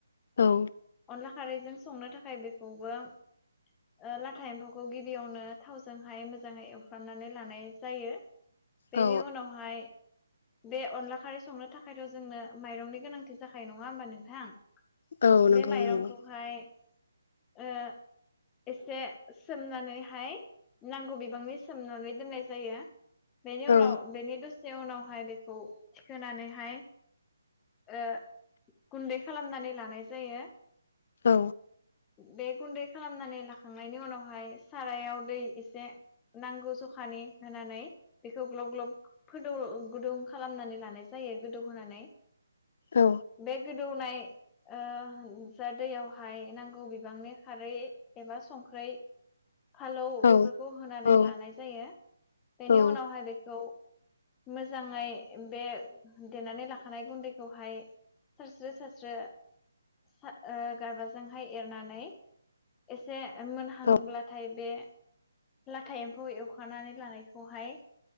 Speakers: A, on the left; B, on the left.
A: औ।
B: अनला खारैजों संनो थाखाय बेखौबो ओ लाथा एम्फौखौ गिबियावनो थावजोंहाय मोजाङै एवफ्राननानै लानाय जायो। बेनि
A: औ
B: उनावहाय बे अनला खारै संनो थाखायथ जोंनो माइरंनि गोनांथि जाखायो नङा होमबा नोंथां?
A: औ नंगौ
B: बे माइरंखौहाय
A: नंगौ
B: ओह एसे सोमनानै हाय नांगौ बिबांनि सोमनानै दोननाय जायो। बेनि उनाव
A: औ
B: बेनि दसे से उनावहाय बेखौ थिखोनानैहाय ओ गुन्दै खालामनानै लानाय जायो।
A: औ।
B: बे गुन्दै खालामनानै लाखांनायनि उनावहाय सारायाव दै एसे नांगौ जखानि होनानै। बेखौ ग्लब ग्लब फोदौ ओ गुदों खालामनानै लानाय जायो गोदौ होनानै।
A: औ
B: बे गो दौनाय ओ जा दैयावहाय नांगौ बिबांनि खारै एबा संख्रै। फालौ बेफोरखौ
A: औ
B: होनानै
A: औ
B: लानाय जायो।
A: औ
B: बेनि
A: औ
B: उनावहाय
A: नंगौ
B: बेखौ। खौ मोजाङै बे देनानै लाखानाय गुन्दैखौहाय। सारस्रो सारस्रो। ओह गारबाजोंहाय एरनानै एसे मोनहांब्लाथाय
A: औ
B: बे लाथा एम्फौ एवखनानै लानायखौ खौहाय